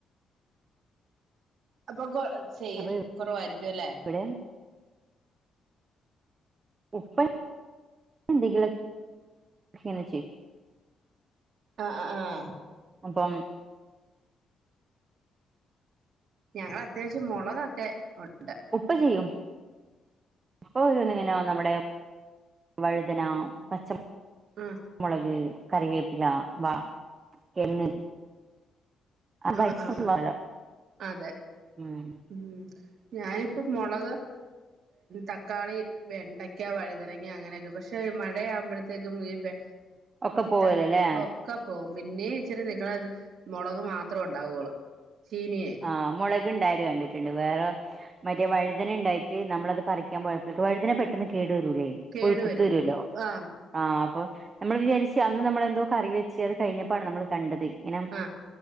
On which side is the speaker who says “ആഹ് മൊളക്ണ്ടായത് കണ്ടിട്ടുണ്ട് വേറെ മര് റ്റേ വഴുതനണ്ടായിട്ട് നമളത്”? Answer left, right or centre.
Right